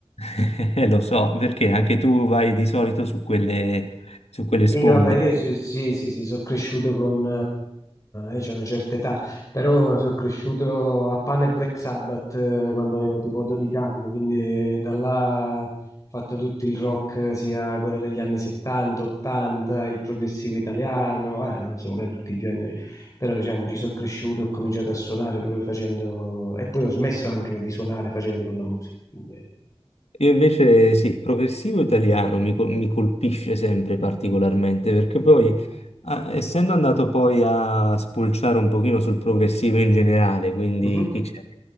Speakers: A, on the left; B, on the left.
A: <laughs> Eh, lo so, perché anche tu vai di solito su quelle, su quelle sponde.
B: Sì, vabbè, io sì, sì, sì, sì, sono cresciuto con... Eh, c'è una certa età, però sono cresciuto a Pan e Black Sabbath eh, quando avevo tipo 12 anni, quindi da là ho fatto tutto il rock, eh, sia quello degli anni 70, 80, il progressivo italiano, eh, non solo, eh, tutti i generi, però diciamo ci sono cresciuto, ho cominciato a suonare proprio facendo... e poi ho smesso anche di suonare facendo quella musica, quindi... eh.
A: Io invece sì, il progressivo italiano mi, col- mi colpisce sempre particolarmente, perché poi, ah, essendo andato poi a spulciare un pochino sul progressivo in generale, quindi
B: Mhm.
A: chi c'è?